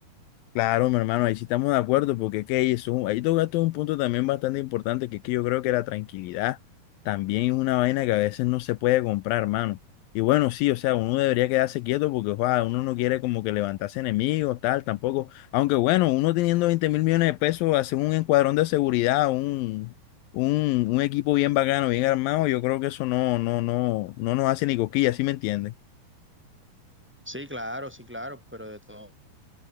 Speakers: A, on the left; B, in the centre.
A: Claro, mi hermano, ahí sí estamos de acuerdo, porque es que ahí, es un- ahí tocaste un punto también bastante importante, que es que yo creo que la tranquilidad también es una vaina que a veces no se puede comprar, hermano. Y bueno, sí, o sea, uno debería quedarse quieto porque joda, uno no quiere como que levantarse enemigos, tal, tampoco. Aunque bueno, uno teniendo 20 mil millones de pesos, hacer un encuadrón de seguridad, un, un, un equipo bien bacano, bien armado, yo creo que eso no, no, no, no nos hace ni cosquillas, ¿sí me entiendes?
B: Sí, claro, sí, claro, pero de todo.